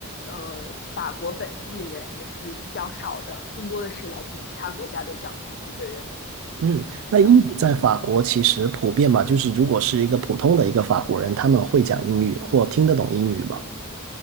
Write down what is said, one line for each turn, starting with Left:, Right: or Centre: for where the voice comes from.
Left: 呃，法国本地的人也是比较少的，更多的是来自其他国家的讲英语的人，
Right: 嗯，
Left: 是这样。
Right: 那英语在法国其实普遍嘛，就是如果是一个普通的一个法国人，他们会讲英语或听得懂英语嘛？